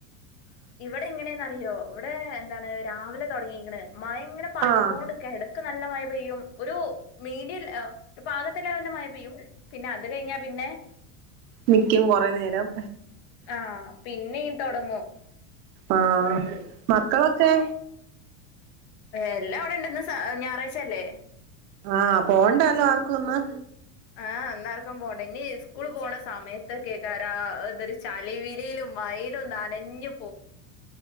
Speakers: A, on the left; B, on the right.
A: ഇപ്പ എങ്ങനെന്നറിയോ ഇവിടെ എന്താണ് രാവിലെ തൊടങ്ങീക്ക്ണ് മയ ഇങ്ങനെ പാറ്റിക്കൊണ്ട്ക്ക
B: ആഹ്
A: എടക്ക് ന്ന് നല്ല മയ പെയ്യും ഒരു മീഡിയൽ എ ഒരു പാകത്ത് ന് തന്നെ മയ പെയ്യും പിന്നെ അത് കഴിഞ്ഞാ പിന്നെ
B: നിക്കും കൊറേ ന്നേരം
A: ആ പിന്നിം തൊടങ്ങും
B: ആ മക്കളൊക്കെ
A: എല്ലാ ഇവിടെ ഇണ്ട് ഇന്ന് സ ഞാറായ്ച്ചല്ലേ
B: ആ പോണ്ടല്ലോ ആർക്കും ഒന്ന്
A: ആ ഇന്നാർക്കും പോണ്ടേ ഇനി സ്കൂള് പോണ സമയത്തൊക്കെ ക്കാരാ ഇതൊര് ചളിവിലെലും മയെലും ന്നനഞ്ഞു